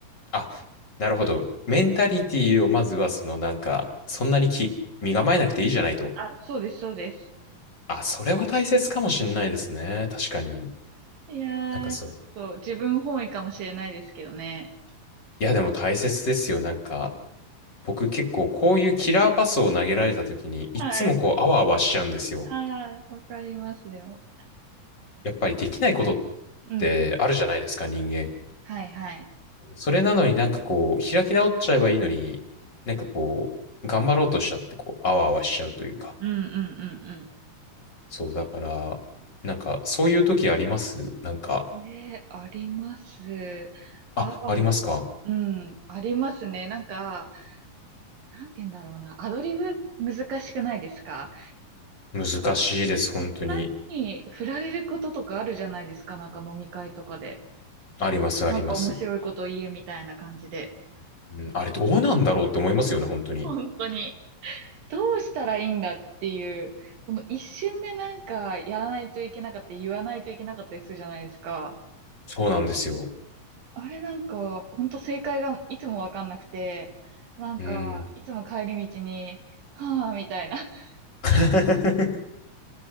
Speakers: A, on the left (about 30°); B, on the right (about 80°).
A: あ、なるほど。メンタリティをまずは、そのなんか、そんなにき、身構えなくていいじゃないと。
B: あ、そうです、そうです。
A: あ、それは大切かもしんないですね。確かに。
B: いやー、
A: なんかそう。
B: ちょっと自分本位かもしれないですけどね。
A: いや、でも大切ですよ。なんか、僕結構こういうキラーパスを投げられた時に、いっつもこう、
B: はい。
A: あわあわしちゃうんですよ。
B: ああ、わかります、でも。
A: やっぱりできないことっ
B: うん。
A: てあるじゃないですか、人間。
B: はい、はい。
A: それなのになんかこう、開き直っちゃえばいいのに、なんかこう、頑張ろうとしちゃって、こう、あわあわしちゃうというか。
B: うんうんうん
A: そう、だから、なんか、そういう時ありますなんか、
B: うん。ね、あります。ああ、
A: あ、ありますか
B: うん、ありますね。なんか、なんて言うんだろうな。アドリブ難しくないですか
A: 難しいです、本当に。
B: お二人に振られることとかあるじゃないですか、なんか飲み会とかで。
A: あります、あります。
B: なんか面白いこと言えみたいな感じで。
A: うん、あれどうなんだろうって思いますよね、本当に。
B: 本当に。どうしたらいいんだっていう、この一瞬でなんかやらないといけなかったり、言わないといけなかったりするじゃないですか。
A: そうなんですよ。
B: あれなんか、本当正解がいつもわかんなくて、なんか、
A: うん。
B: いつも帰り道に、はぁ、みたいな。<laughs>
A: <laughs>